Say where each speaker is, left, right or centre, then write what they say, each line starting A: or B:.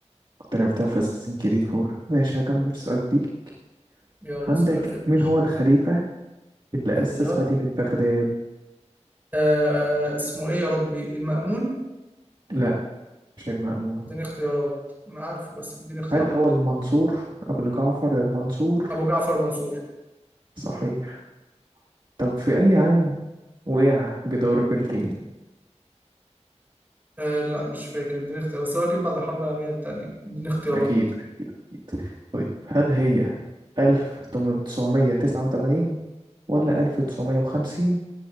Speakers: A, on the right; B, on the right.
A: كنت لعبتها في أساسين كريد فور ماشي هكمل السؤال فيك
B: يلا
A: عندك
B: سؤال يا باشا
A: مين هو الخليفة اللي أسس
B: ايوه
A: مدينة بغداد
B: آه آه، اسمه ايه يا ربي المأمون
A: لا مش المأمون
B: اديني اختيارات انا عارفه بس اديني اختيارات
A: هل هو المنصور أبو جعفر المنصور
B: ابو جعفر منصور
A: صحيح طب في أي عام وقع جدار برلين
B: آه لا مش فاكر اديني اختيارات بس هو اكيد بعد الحرب العالمية التانية اديني اختيارات
A: أكيد أكيد أكيد طيب هل هي 1989 ولا 1950